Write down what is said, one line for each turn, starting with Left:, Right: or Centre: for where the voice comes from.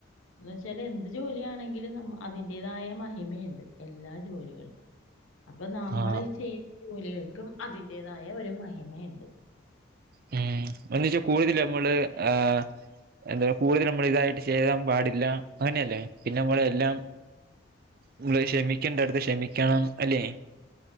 Left: എന്നുവച്ചാല് എന്ത് ജോലിയാണെങ്കിലും നമ്മ അതിന്റേതായ മഹിമയുണ്ട് എല്ലാ ജോലികൾക്കും അപ്പൊ നമ്മളി
Right: ആഹ്
Left: ചെയ്യു ജോലികൾക്കും അതിന്റെതായ ഒരു മഹിമയുണ്ട്
Right: ഉം എന്ന് വെച്ചാ കൂടുതല് നമ്മള് ആ എന്താ കൂടുതല് നമ്മളിതായിട്ട് ചേരാൻ പാടില്ല അങ്ങനെയല്ലേ പിന്നെ നമ്മള് എല്ലാം നമ്മള് ക്ഷമിക്കേണ്ടടുത്ത് ക്ഷമിക്കണം അല്ലേ